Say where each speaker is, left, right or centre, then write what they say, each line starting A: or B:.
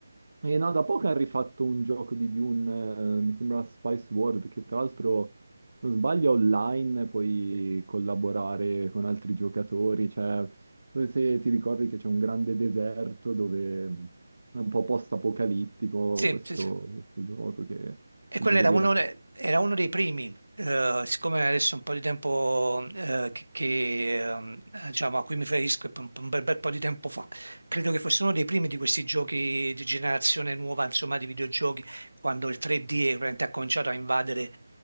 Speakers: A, on the right; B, on the right.
A: eh, e no, da poco hanno rifatto un gioco di Dune, eh, mi sembra Spice World, che tra l'altro, se non sbaglio, è online puoi collaborare con altri giocatori, cioè, dove se ti ricordi che c'è un grande deserto dove è un po' post-apocalittico
B: Sì,
A: questo,
B: sì, sì.
A: questo gioco che
B: E
A: appunto
B: quello
A: devi
B: era uno,
A: raccontare.
B: de- era uno dei primi, eh, siccome adesso è un po' di tempo eh, che, che, ehm, diciamo, a cui mi riferisco, è un, un bel, bel po' di tempo fa, credo che fosse uno dei primi di questi giochi di generazione nuova, insomma, di videogiochi, quando il 3D è veramente ha cominciato a invadere